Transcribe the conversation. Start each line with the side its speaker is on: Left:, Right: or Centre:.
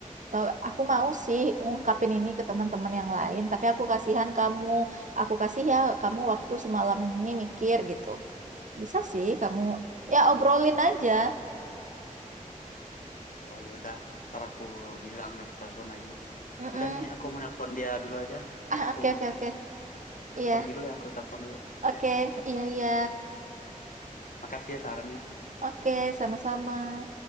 Right: Tahu, aku mau sih ngungkapin ini ke teman-teman yang lain, tapi aku kasihan kamu. Aku kasih ya kamu waktu semalam ini mikir gitu. Bisa sih kamu ya obrolin aja.
Left: oh yaudah ntar aku bilang lah, aku telepon lagi
Right: Mm-mm.
Left: yaudah nih aku mau nelpon dia dulu aja
Right: Ah,
Left: aku
Right: oke oke oke.
Left: aku
Right: Iya.
Left: pergi dulu ya aku telepon dulu
Right: Oke.
Left: ya
Right: Iya iya.
Left: makasih ya sarannya
Right: Oke, sama-sama.